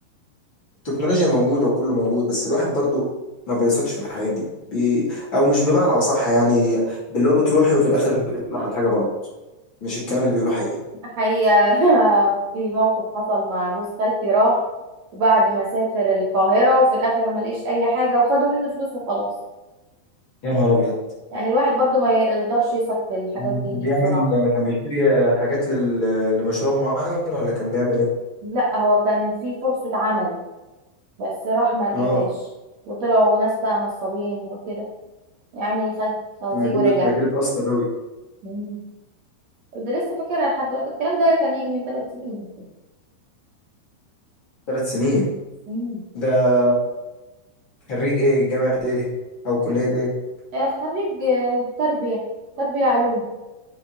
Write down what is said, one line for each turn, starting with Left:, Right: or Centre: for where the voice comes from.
Left: التكنولوجيا موجودة وكله موجود بس الواحد برضو ما بيثقش في الحاجات دي بي... او مش بمعنى اصح يعني باللي هو بتروحي وفي الاخر بيطلع الحاجة غلط مش الكلام
Right: مم.
Left: اللي بيقولوه حقيقي
Right: حقيقة <laughs> في موقف حصل مع جوز خالتي راح وبعد ما سافر القاهرة وفي الآخر ما لقيش أي حاجة وخدوا منه فلوس وخلاص
Left: يا نهار ابيض
Right: يعني الواحد برضو ما يقدرش يثق في الحاجات
Left: يعني
Right: دي,
Left: كان
Right: دي
Left: بيعمل
Right: بسرعة
Left: كان بيشتري حاجات لل... لمشروع معين ولا كان بيعمل ايه
Right: لا هو كان في فرصة عمل بس راح ما لقيهاش
Left: اه
Right: وطلعوا ناس بقى نصابين وكده يعني خد خوازيق
Left: ده اكيد
Right: ورجع
Left: ده اكيد اتأثر أوي
Right: مم. كنت لسه فاكرها لحد دلوقتي الكلام ده كان يجي من ثلاث سنين
Left: ثلاث سنين
Right: مم.
Left: ده خريج ايه جامعة ايه او كلية ايه
Right: آه، خريج آه، تربية تربية علوم